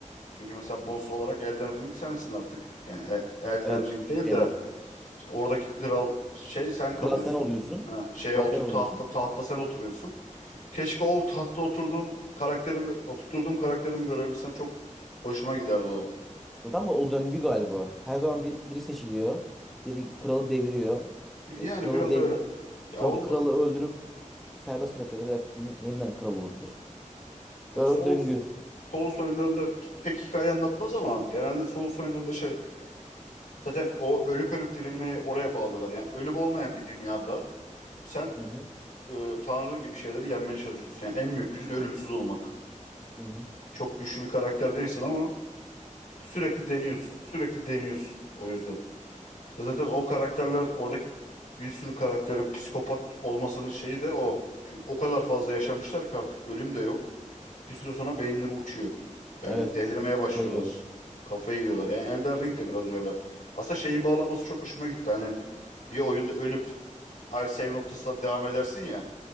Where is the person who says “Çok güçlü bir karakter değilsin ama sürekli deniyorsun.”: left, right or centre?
Left